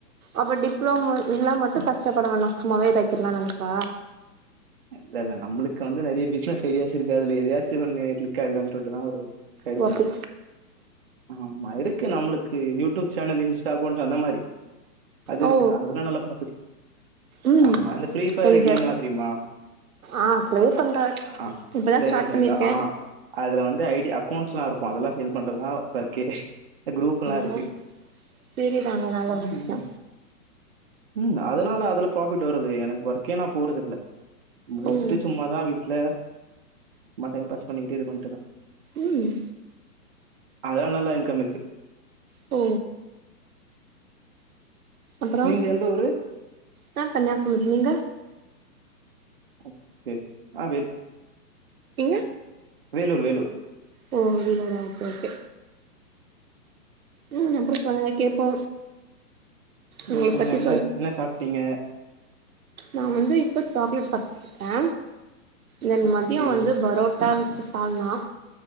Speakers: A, on the right; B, on the right.
A: அப்ப டிப்ளோமோ இதுல்லா மட்டு கஷ்டப்பட வேணா சும்மாவே இதாக்கிறலானு நெனப்பா
B: இல்ல இல்ல நம்பளுக்கு வந்து நெறைய பிசினஸ் ஐடியாஸ் இருக்கு அதுல எதயாச்சு ஒண்ணு கிளிக் ஆய்டலானு சொல்ட்டுதா ஒரு சைடுப்ன
A: ஓ அப்டி
B: ஆமா இருக்கு நம்மளுக்கு யூடியூப் சேனல் இன்ஸ்டா அக்கவுண்ட் அந்த மாரி அது இருக்கு.
A: ஓ
B: அதுலா நல்லா ப்ராஃபிட்.
A: ம்
B: ஆமா இந்த ஃப்ரீ ஃபயர்
A: என்ஜாய்
B: கேம்ல்லா தெரியுமா
A: ஆ ப்ளே பண்ற.
B: ஆ
A: இப்பதா
B: ப்ளே
A: ஸ்டார்ட்
B: பண்றீங்களா?
A: பண்ணிர்க்கே
B: ஆ அதுல வந்து ஐடி அக்கௌண்ட்ஸ்ல்லா இருக்கு. அதெல்லா சேல் பண்றதுதா வர்க்கே. குரூப்ல்லா
A: ம்
B: இருக்கு.
A: சேரிதாங்க நல்ல
B: ஆமீ
A: ஒரு விஷ்யோ
B: ஆமா ம் அதுனால அதுல ப்ராபிட் வருது. எனக்கு வர்க்கே நா போறது இல்ல. முடுச்சுட்டு
A: ஓ
B: சும்மாதா வீட்ல சும்மா டைம் பாஸ் பண்ணிட்டே இது பண்ணிட்டு தா.
A: ம்
B: அதுலா நல்லா இன்கம் இருக்கு.
A: ஓ அப்பறோ
B: நீங்க எந்த ஊரு?
A: நா கன்யாகுமரி நீங்க
B: ஓகே நா வே
A: எங்க
B: வேலூர் வேலூர்
A: ஓ வெளியூரா ஓகே ஓகே ம் அப்றோ சொல்லுங்க கேப்போ உங்கள
B: நீங்க சொல்லுங்க
A: பத்தி
B: என்ன என்ன சாப்ட்டிங்க
A: நா வந்து இப்ப சாக்லேட் சாப்ட்ருக்க தென்
B: ஓகே,
A: மதியோ வந்து parotta with salna